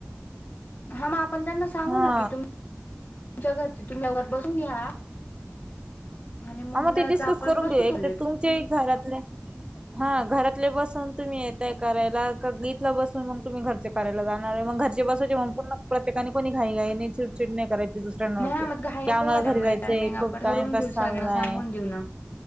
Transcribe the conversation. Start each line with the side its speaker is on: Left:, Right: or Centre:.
Left: हा मग आपण त्यांना सांगू
Right: हा
Left: न कि तुम तुमच्या घरची तुम्ही, लवकर बसून घ्या. आणि मुंबईच
Right: हा मग ते डिस्कस
Left: आपण
Right: करून
Left: बसू
Right: घेऊ
Left: तो
Right: एक
Left: लेट
Right: तर तुम चे एक घरातले हा घरातले बसून तुम्ही यताय करायला. का गीेतला बसून मग तुम्ही घरचे करायला जाणार आहे मग घरचे बसवय पुन्हा प्रत्यका कोणी घाई घई चिडचिड नाही कराय दुसऱ्यांवरती
Left: नाही मग घाई
Right: की
Left: नको
Right: आम्हाला
Left: व्हायला
Right: घरी
Left: मग
Right: जायचंय,
Left: टायमिंग आपण
Right: खूप
Left: ठरवून
Right: टाइम बसा.
Left: घेऊ सगळ्यांना सांगून
Right: हाय
Left: देऊ ना